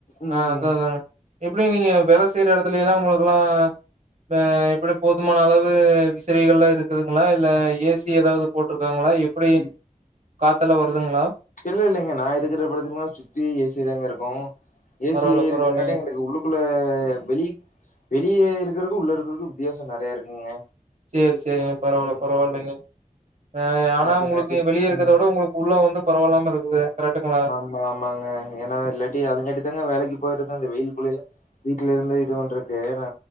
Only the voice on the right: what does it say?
ஆ அதாதாங்க எப்டி நீங்க வேல செய்ற எடத்துலைலா உங்களுக்லா வ எப்டி போதுமான அளவு விசிறகள்லா இருக்குதுங்ளா இல்ல ஏ சி எதாவ்து போட்ருக்காங்ளா எப் புடி
காத்தலா வருதுங்ளா?
பரவால்ல
பரவால்லைங்க
சேர் சேரிங்க பரவால்ல
பரவால்லைங்க
ஆ ஆனா
உங்களுக்கு வெளிய இருக்கத
விட உங்களுக்கு உள்ள வந்து பரவால்லாம இருக்குது கரெக்ட்டுங்களா